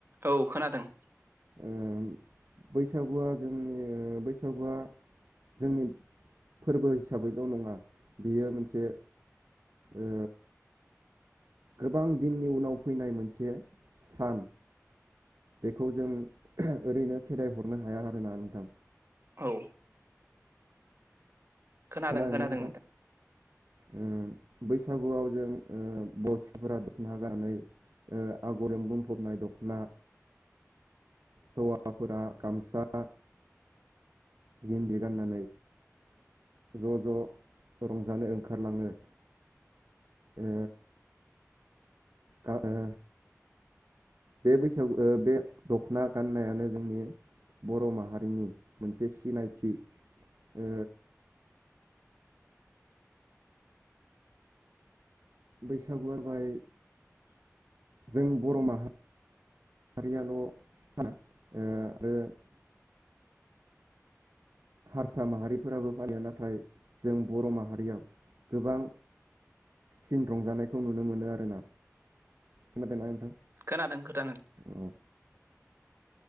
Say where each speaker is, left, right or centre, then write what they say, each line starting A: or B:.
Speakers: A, on the right (about 45°); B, on the right (about 70°).
A: औ खोनादों
B: ओ बैसागुआ जोंनि ओ बैसागुआ जोंनि फोरबो हिसाबैल' नङा बियो मोनसे ओ गोबां दिननि उनाव फैनाय मोनसे सान। बेखौ जों ओरैनो खेदाय हरनो हाया आरोना नोंथां।
A: औ खोनादों
B: खोनादोंना
A: खोनादों
B: नोंथां? ओ बैसागुआव जों ओ बर' सिख्लाफोरा दखना गाननानै ओ आगरजों बुंफबनाय दखना। हौवाफोरा गामसा गिन्दि गाननानै ओ ज' ज' रंजानो ओंखारलाङो ओ आ ओ बे बैसागु बे दखना गाननायानो जोंनि बर' माहारिनि मोनसे सिनायथि ओ बैसागुआ बारबाय जों बर' माहारि हारियाल' साना ओ आरो <unintelligible> हारसा माहारिफोराबो फालियो नाथाय जों बर' माहारियाव गोबां सिन रंजानायखौ नुनो मोनो आरोना खोनादोंना नोंथां?
A: खोनादों खोनादों
B: औ।